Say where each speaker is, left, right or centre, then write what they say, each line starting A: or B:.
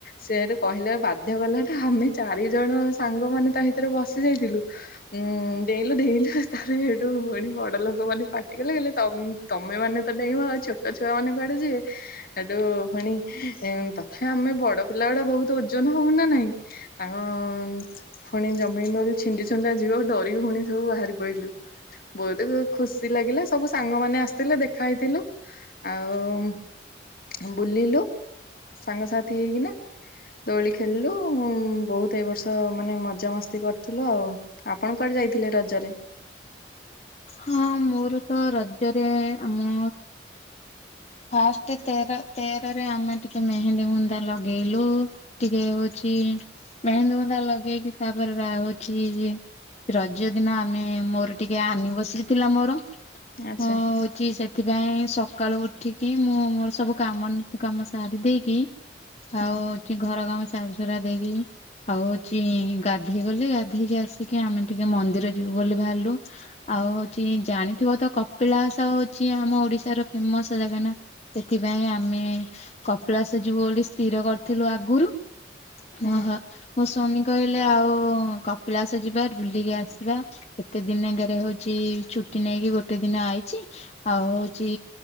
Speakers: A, on the left; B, on the left.
A: ସେଠୁ କହିଲେ ବାଧ୍ୟ କଲାଟା ଆମେ ଚାରି ଜଣ ସାଙ୍ଗମାନୋନେ ତା ଭିତରେ ବସି ଯାଇଥିଲୁ ଉଁ ଡେଇଲୁ ଡେଇଁୁ ତାର ସେଠୁ ଭଉଣୀ ବଡ ଲୋକ ମାନେ ଫଟିଗଲେ ହେଲେ ତମ ତମେ ମାନେ ତ ଡେଇଁ ଆଉ ଛୋଟ ଛୁଆ ମାନେ କୁଆଡେ ଯିଏ ଏଠୁ ଭଣି ତଥାପି ଆମେ ବଡ ପିଲା ଗୁଡା ବହୁତ ଓଜନ ହଉନା ନହିଁ ହଁ ପୁଣି ଜମି ନଲି ଛିଣ୍ଡି ଛଣ୍ଡା ଯିବ ଡରିକି ପୁଣି ସବୁ ବାହାରି ପଡିଲୁ ବହୁତ ଖୁସି ଲାଗିଲା ସବୁ ସାଙ୍ଗମାନୋନ ଆସିଥିଲେ ଦେଖା ହେଇଥିଲୁ ଆଉ ବୁଲିଲୁ ସାଙ୍ଗସାଥି ହେଇକିନା ଦୋଳି ଖେଳିଲୁ ବହୁତ ଏଇ ବର୍ଷ ମାନେ ମଜାାମସ୍ତି କରିଥିଲୁ ଆଉ ଆପଣ କୁଆଡେ ଯାଇଥିଲେ ରଜରେ
B: ହଁ ମୋର ତ ରଜ୍ୟରେ ଆମ ଫାଷ୍ଟ ତେର ତେରରେ ଆମେ ଟିକେ ମେହେଣ୍ନ୍ଦଡି ମୁନ୍ଦା ଲଗେଇଲୁ ଟିକେ ହଉଛି ମେହେନ୍ଦୀ ବୁନ୍ଦା ଲଗେଇକି ତାପରେ ହଉଛି ରଜ ଦିନ ଆମେ ମୋର ଟିକେ ଆନି ବସିଥିଲା ମୋର
A: ଆଚ୍ଛା
B: ମୁଁ ହଉଛି ସେ ସେଥିପାଇଁ ସକାଳୁ ଉଠିକି ମୁଁ ମୋର ସବୁ କାମ ନିତ କାମ ସାରି ଦେଇକି
A: ହୁଁ
B: ଆଉ କି ଘର କାମ ସାରସୁରା ଦେଇବି ଆଉ ହଉଛି ଗାଧେଇ ଗଲେ ଗାଧେଇକି ଆସିକି ଆମେ ଟିକେ ମନ୍ଦିର ଯିବୁ ବୋଲି ଭହାରିଲୁ ଆଉ ହଉଛି ଜାଣିଥିବ ତ କପିଳାସ ହଉଛି ଆମ ଓଡିଶାର ଫେମସ ଜାଗା ନା ସେଥିପାଇଁ ଆମେ କପିଳାସ ଯୋଉ ବୋଲିଳି ସ୍ଥିର କରିଥିଲୁ ଆଗରୁ ମହ
A: ହୁଁ।
B: ମୋ ସଵାମୀ କହିଲେ ଆଉ କପିଳାସ ଯିବା ବୁଲିକି ଆସିବା କେତେ ଦିନ ଆଗରେ ହଉଛି ଛୁଟି ନେଇକି ଗୋଟେ ଦିନ ଆଇଛି ଆଉ ହଉଛି